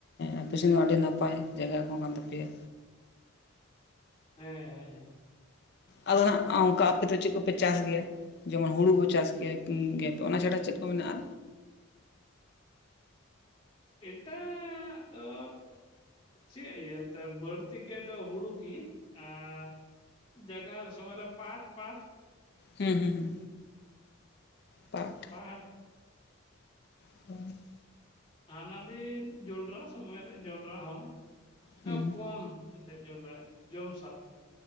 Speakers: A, on the left (about 50°); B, on the left (about 25°).
A: ᱟᱯᱮ ᱥᱮᱱ ᱢᱟ ᱟᱹᱰᱤ ᱱᱟᱯᱟᱭ ᱡᱟᱭᱜᱟ ᱠᱚ ᱠᱟᱱ ᱛᱟᱯᱮᱭᱟ᱾
B: ᱦᱮᱸ ᱦᱮᱸ ᱦᱮᱸ
A: ᱟᱫᱚ ᱦᱟᱸᱜ ᱚᱱᱠᱟ ᱟᱯᱮ ᱫᱚ ᱪᱮᱫ ᱠᱚᱯᱮ ᱪᱟᱥ ᱜᱮᱭᱟ? ᱡᱮᱢᱚᱱ ᱦᱩᱲᱩ ᱠᱩ ᱪᱟᱥ ᱠᱤᱭᱟ ᱠᱤ ᱜᱮᱛᱚ ᱚᱱᱟ ᱪᱷᱟᱲᱟ ᱪᱮᱫ ᱠᱚ ᱢᱮᱱᱟᱜᱼᱟ?
B: ᱮᱴᱟᱜᱻ ᱫᱚᱻ ᱪᱮᱫ ᱤᱭᱟᱹ ᱮᱱᱛᱮ ᱵᱟᱹᱲᱛᱤ ᱠᱟᱭ ᱫᱚ ᱦᱩᱲᱩ ᱜᱤ ᱟᱨ ᱡᱟᱜᱟᱨ ᱥᱚᱢᱚᱭ ᱨᱮ ᱯᱟᱴ ᱯᱟᱴ
A: ᱦᱩᱸ ᱦᱩᱸ ᱯᱟᱴ
B: ᱯᱟᱴ
A: <inaudible>
B: ᱦᱟᱱᱟ ᱫᱤᱱ ᱡᱚᱸᱰᱨᱟ ᱥᱚᱢᱚᱭ ᱨᱮ ᱡᱚᱸᱰᱨᱟ ᱦᱚᱸ
A: ᱦᱩᱸ
B: ᱠᱚᱢ ᱮᱱᱛᱮᱫ ᱡᱚᱸᱰᱨᱟ ᱡᱚᱢ ᱥᱟᱛ᱾